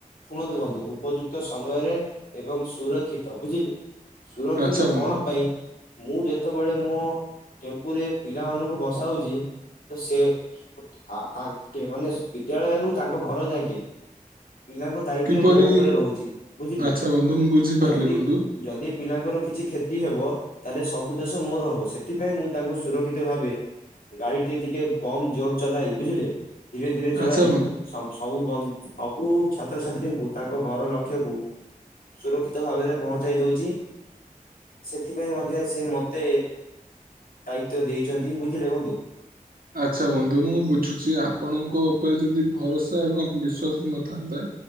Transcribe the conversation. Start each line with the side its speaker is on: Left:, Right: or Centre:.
Left: ଶୁଣନ୍ତୁ ବନ୍ଧୁ ଉପଯୁକ୍ତ ସମୟରେ ଏବଂ ସୁରକ୍ଷିତ ବୁଝିଲେ। ସୁରକ୍ଷିତ
Right: ଆଚ୍ଛା ବନ୍ଧୁ
Left: କଣ ପାଇଁ ମୁଁ ଯେତେବେଳେ ମୋ ଟେମ୍ପୁରେ ପିଲାମାନଙ୍କୁ ବସାଉଛି ତ ସେ ଆ ତା ଙ୍କେମାନେ ବିଦ୍ୟାଳୟରୁୁ ତାଙ୍କ ଘର ଯାକେ ପିଲାଙ୍କ ଦାୟିତ୍ଵ
Right: କିପରି
Left: ମୋ ଉପରେ ରହୁଛି ବୁଝିଲେ
Right: ଆଚ୍ଛା ବନ୍ଧୁ ମୁଁ ବୁଝିପାରିଲି
Left: ଯଦି
Right: ବନ୍ଧୁ
Left: ଯଦି ପିଲାଙ୍କର କିଛି କ୍ଷତି ହେବ ତାହେଲେ ସବୁ ଦୋଷ ମୋର ହବ ସେଥିପାଇଁ ମୁଁ ତାଙ୍କୁ ସୁରକ୍ଷିତ ଭାବେ ଗାଡି ଟି ଟିକେ କମ ଜୋର ଚଲାଇ ବୁଝିଲେ ଧୀରେ ଧୀରେ ଚଳାଇ
Right: ଆଚ୍ଛା ବନ୍ଧୁ
Left: ସମ୍ ସବୁ ବ ସବୁ ଛାତ୍ରଛାତ୍ରୀଙ୍କୁ ତାଙ୍କ ଘର ଲକ୍ଷ୍ୟକୁ ସୁରକ୍ଷିତ ଭାବରେ ପହଞ୍ଚାଇ ଦଉଛି। ସେଥିପାଇଁ ମଧ୍ୟ ସେ ମତେ ଦାୟିତ୍ଵ ଦେଇଛନ୍ତି ବୁଝିଲେ ବନ୍ଧୁ।
Right: ଆଚ୍ଛା ବନ୍ଧୁ ମୁଁ ବୁଝୁଛି ଆପଣଙ୍କ ଉପରେ ଯଦି ଭରସା ଏବଂ ବିଶ୍ୱାସ ନଥାନ୍ତା